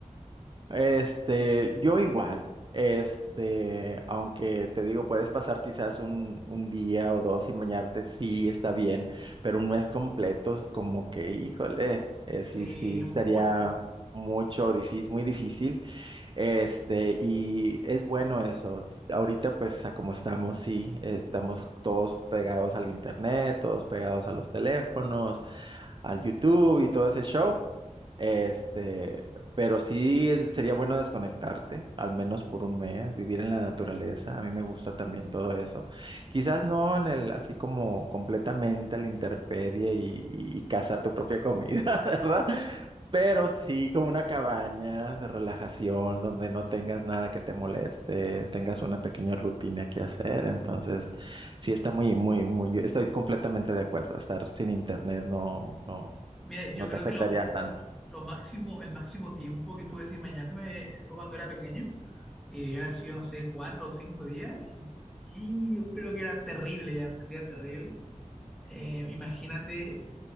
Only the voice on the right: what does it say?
Este, yo igual, este, aunque te digo, puedes pasar quizás un, un día o dos sin bañarte, sí está bien, pero un mes completo es como que, híjole, eh, sí,
sí,
estaría mucho difícil, muy difícil. Este, y es bueno eso. S- Ahorita, pues, a como estamos, sí, estamos todos pegados al internet, todos pegados a los teléfonos, al YouTube y todo ese show. Este, pero sí es- sería bueno desconectarte, al menos por un mes, vivir en la naturaleza. A mí me gusta también todo eso. Quizás no en el, así como completamente a la intemperie y, y, y cazar tu propia comida, <laughs> ¿verdad? Pero sí como una cabaña de relajación donde no tengas nada que te moleste, tengas una pequeña rutina que hacer. Entonces, sí está muy, muy, muy, estoy completamente de acuerdo. Estar sin internet no, no,
no
te afectaría
tanto.